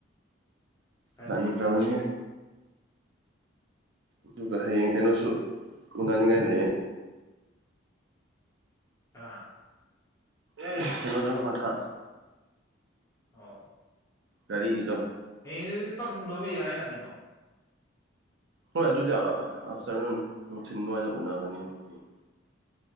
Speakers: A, on the left (about 15°); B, on the right (about 65°).
A: ꯐꯖꯩ
B: ꯇꯟꯈꯔꯕꯅꯤꯍꯦ
A: ꯐꯖꯩ
B: ꯑꯗꯨꯒ ꯍꯌꯦꯡ ꯀꯩꯅꯣꯁꯨ ꯎꯅꯥꯅꯤꯡꯉꯥꯏ ꯂꯩꯌꯦ
A: ꯀꯅꯥ
B: <unintelligible>
A: ꯑꯣ
B: ꯒꯥꯔꯤꯒꯤꯗꯣ
A: ꯍꯌꯦꯡ ꯑꯗꯨꯗꯤ ꯇꯞꯅ ꯎꯅꯕ ꯌꯥꯏꯌꯦꯅ ꯀꯩꯅꯣ
B: ꯍꯣꯏ ꯑꯗꯨꯏꯗ ꯑ ꯑꯥꯐꯇꯔꯅꯨꯟ ꯅꯨꯡꯊꯤꯜ ꯋꯥꯏꯗ ꯎꯅꯒꯅꯤ ꯍꯌꯦꯡ